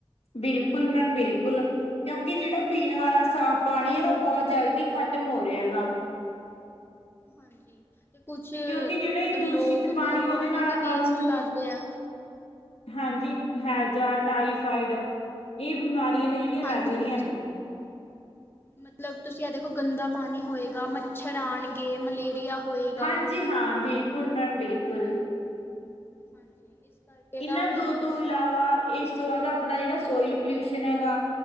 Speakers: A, on the left; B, on the left.
A: ਬਿਲਕੁਲ ਮੈਮ ਬਿਲਕੁਲ। ਕਿਓਂਕਿ ਜੇੜਾ ਪੀਨ ਵਾਲਾ ਸਾਫ਼ ਪਾਨੀ ਐ ਨਾ ਓ ਬਹੁ ਜਲਦੀ ਖ਼ਤਮ ਹੋ ਰਿਆ ਗਾ।
B: ਹਾਂਜੀ। ਤੇ ਕੁਛ
A: ਕਿਉਂਕਿ ਜਿਹੜਾ
B: ਮਤਲਬ
A: ਇਹ ਦੂਸ਼ਿਤ
B: ਲੋਕ ਮਤਲਬ
A: ਪਾਣੀ ਉਹਦੇ
B: ਪਾਨੀ
A: ਨਾਲ
B: ਵੀ
A: ਆਪਾਂ
B: ਵੇਸਟ
A: ਨੂੰ
B: ਕਰਦੇ ਆ।
A: ਹਾਂਜੀ ਹੈਜ਼ਾ, ਟਾਈਫਾਈਡ, ਏ ਬਮਾਰੀਆਂ ਨੇ ਜੇੜੀਆਂ ਲੱਗ
B: ਹਾਂਜੀ
A: ਰੀਆਂ
B: ਹਾਂਜੀ
A: ਨੇ।
B: ਮਤਲਬ ਤੁਸੀਂ ਐ ਦੇਖੋ ਗੰਦਾ ਪਾਨੀ ਹੋਏਗਾ ਮੱਛਰ ਆਨਗੇ ਮਲੇਰੀਆ ਹੋਏਗਾ
A: ਹਾਂਜੀ ਹਾਂ ਬਿਲਕੁਲ ਮੈਮ ਬਿਲਕੁਲ।
B: ਹਾਂਜੀ ਇਸ ਕਰਕੇ ਤਾਂ
A: ਏਨਾਂ ਦੋ
B: ਉਹਨਾਂ
A: ਤੋਂ ਇਲਾਵਾ
B: ਨੂੰ ਏਦਾਂ ਨਹੀਂ ਕਰਨਾ
A: ਏਸ ਤੋਂ
B: ਚਾਹੀਦਾ
A: ਬਾਦ ਆਪਨਾ ਜੇੜਾ ਸੋਇਲ
B: ਹਾਂਜੀ
A: ਪੋਲਿਊਸ਼ਨ ਹੈਗਾ